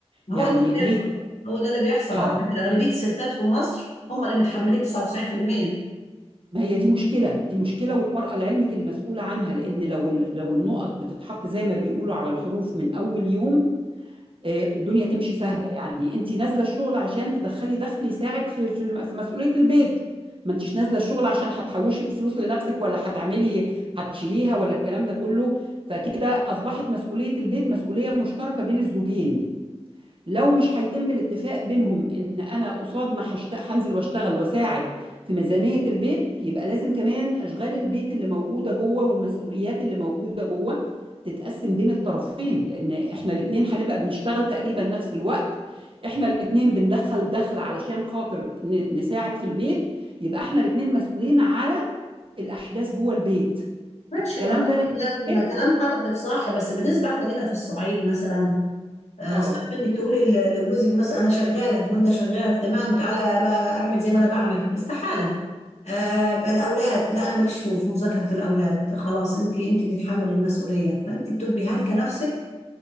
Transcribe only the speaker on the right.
يعني
هي
اه
ما هي دي مشكلة دي مشكلة والمرأة لعلمك المسؤولة عنها لأن لو ال- لو النقط بتتحط زي ما بيقولوا على الحروف من أول يوم آه، الدنيا تمشي سهلة يعني أنت نازلة الشغل عشان تدخلي دخل يساعد في في الم- في مسؤولية البيت ما أنتش نازلة الشغل عشان هتحوشي فلوس لنفسك ولا هتعملي هتشيليها ولا الكلام ده كله فكده أصبحت مسؤولية البيت مسؤولية مشتركة بين الزوجين لو مش هيتم الاتفاق بينهم ان انا قصاد ما هشت- هنزل واشتغل واساعد في ميزانية البيت يبقى لازم كمان اشغال البيت اللي موجودة جوه والمسؤوليات اللي موجودة جوه تتقسم بين الطرفين لان احنا الاتنين هنبقى بنشتغل تقريبا نفس الوقت احنا الاتنين بندخل دخل علشان خاطر ن- نساعد في البيت يبقى احنا الاتنين مسؤولين على الاحداث جوه البيت
الكلام
ده
لما
بيتم
اه